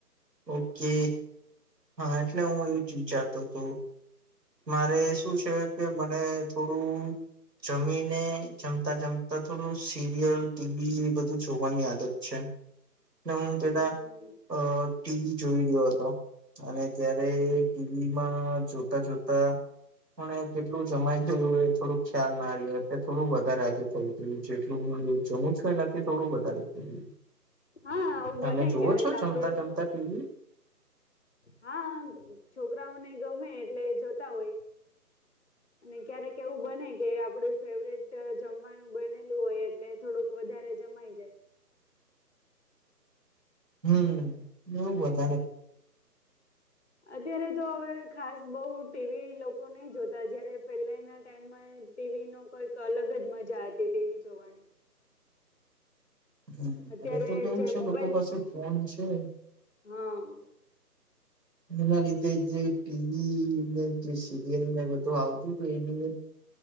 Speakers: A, on the right; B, on the left.
A: ઓકે. હા, એટલે હું એવું જ વિચારતો હતો. મારે શું છે કે મને થોડું જમીને જમતા જમતા થોડું સીરિયલ ટી વી બ ધું જોવાની આદત છે. ને હું પેલા
B: હમ
A: અહ ટી વી જોઈ રહ્યો હતો. અને ત્યારે ટી વી માં જોતા જોતા મને કેટલું જમાઈ થયું હો થોડું ખ્યાલ ના રહ એટલે થોડું વધારે આજે થઈ ગયું જેટલું હું રોજ જમું જુ એના થી થોડું વધારે થઈ ગયું.
B: હા આવું
A: તમે
B: બને
A: જોવો
B: ક્યારેક
A: છો જમતા
B: આપડું
A: જમતા ટી વી?
B: હા, છોકરાઓને ગમે એટલે જોતા હોય અને ક્યારેક એવું બને કે આપડું ફેવરેટ અહ જમવાનું બનેલું હોય એટલે થોડુંક વધારે જમાય જાય.
A: હમ્મ, એવું બ
B: અત્યારે તો હવે ખાસ બહુ ટી વી લોક કો નહી જોતા જયારે પેલા ના ટાઈમમાં ટી વી નો કોઈક અલગ જ મજા હતી ટી વી જોવાની.
A: હ,
B: અત્યારે
A: હવે તો કેવું
B: જે
A: છે
B: મોબાઈલ
A: લોકો પાસે ફોન છે
B: હા
A: એના લીધે જે ટી વી ને જે સીરિયલને બધું આવતું તું એની એક